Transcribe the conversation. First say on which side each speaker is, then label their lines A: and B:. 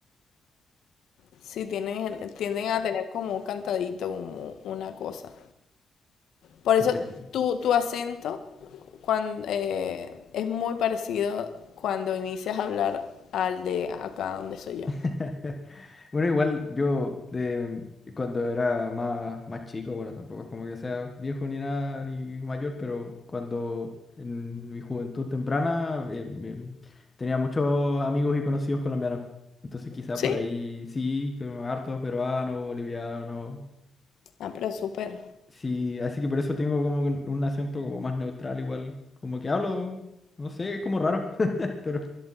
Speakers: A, on the left; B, on the left.
A: Sí, tienen, tienden a tener como un cantadito, un- una cosa. Por eso
B: entreten-
A: tu, tu acento cuando, eh, es muy parecido cuando inicias a hablar al de acá donde soy yo.
B: <laughs> Bueno, igual yo eh, cuando era más, más chico, bueno, tampoco es como que sea viejo ni nada, ni mayor, pero cuando en mi juventud temprana eh, me- tenía muchos amigos y conocidos colombianos. Entonces quizás
A: ¿Sí?
B: por ahí sí, que hartos peruanos, bolivianos.
A: Ah, pero súper.
B: Sí, así que por eso tengo como que un acento como más neutral, igual. Como que hablo, no sé, es como raro, <laughs> pero